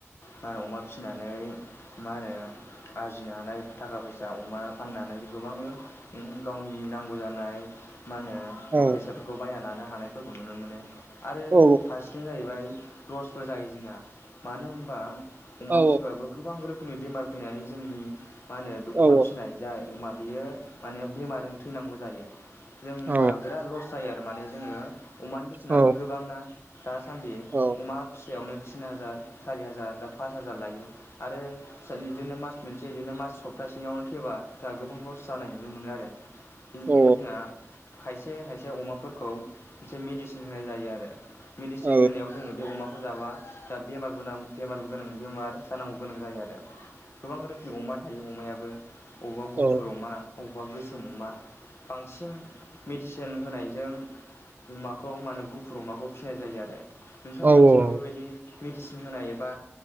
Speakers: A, on the left (about 60°); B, on the right (about 40°).
A: बा अमा फिनानै मा होनो आरजिनो हानाय थाखा-फैसा अमा फाननानै गोबां रं उम गावनि नांगौ जानाय मा होनो
B: औ
A: बेसादफोरखौ बायना लानो हा हानायफोरखौ नुनो मोनो। आरो
B: औ
A: फारसेथिं जाहैबाय लसबो जायो जोंहा मानो होनबा अमा
B: औ
A: फिसिबाबो गोबां रोखोम नि जोंनि बेमार फैनानै जोंनि मा होनो बे अमा
B: औ
A: फिसिनाय जाय अमा बियो माने बेमारजों थैनांगौ जायो। जों होनबा
B: औ
A: बिराद लस जायो आरो। थारमाने जोङो अमानि बेसेनाबो
B: औ
A: गोबांना दासानदि
B: औ
A: अमा फिसायावनो थिन हाजार, सारि हाजार, दा पास हाजार लायो। आरो फिसा बिदिनो मास मोनसे इदिनो मास सप्तासेयावनो थैबा जोंहा गोबां लस जानाय नुनो मोनो आरो। बेनिखायनो
B: औ
A: जोंहा खायसे-खायसे अमाफोरखौ इसे मेडिसिन होनाय जायो आरो। मेडिसिन
B: औ
A: होनायाव जोङो बे अमाखौ हजाबा दा बेमारबो नां बेमारबो गोनां बेमार जानांगौ गोनां जायो आरो। गोबां रोखोमनि अमा थायो अमायाबो अवबा गुफुर
B: औ
A: अमा। अबावबा गोसोम अमा बांसिन मेडिसिन सिन होनायजों अमाखौ मानो गुफुर अमाखौ फिसिनाय जायो आरो नोंथांमोननिथिंबो
B: औ औ
A: बेबायदि मेडिसिन होनायबा